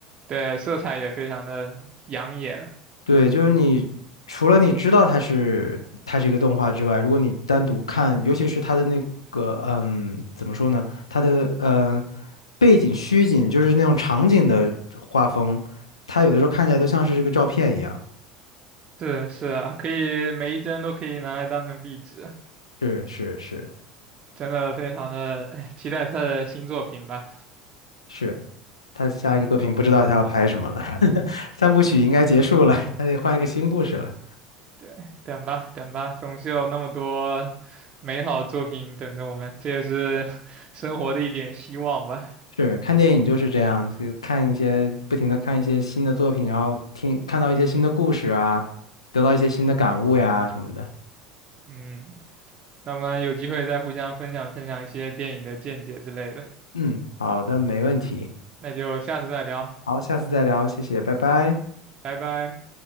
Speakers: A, on the right; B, on the left.
A: 对色彩也非常的养眼，
B: 对，就是你除了你知道它是它是一个动画之外，如果你单独看，尤其是它的那个嗯，怎么说呢？它的嗯背景虚景，就是那种场景的画风，它有的时候看起来都像是这个照片一样。
A: 是是啊，可以每一帧都可以拿来当成壁纸，
B: 是是是
A: 真的非常的哎期待他的新作品吧。
B: 是，他下一个作品不知道他要拍什么了，
A: 嗯
B: <laughs> 三部曲应该结束了，
A: 嗯，
B: 他得换一个新故事了。
A: 对，等吧等吧，总是有那么多美好作品等着我们，这也是 <laughs> 生活的一点希望吧。
B: 是看电影就是这样，就看一些不停的看一些新的作品，然后听看到一些新的故事啊，得到一些新的感悟呀什么的。
A: 嗯，那么有机会再互相分享分享一些电影的见解之类的，
B: 嗯，好的，没问题。
A: 那就下次再聊，
B: 好，下次再聊，谢谢，拜拜。
A: 拜拜。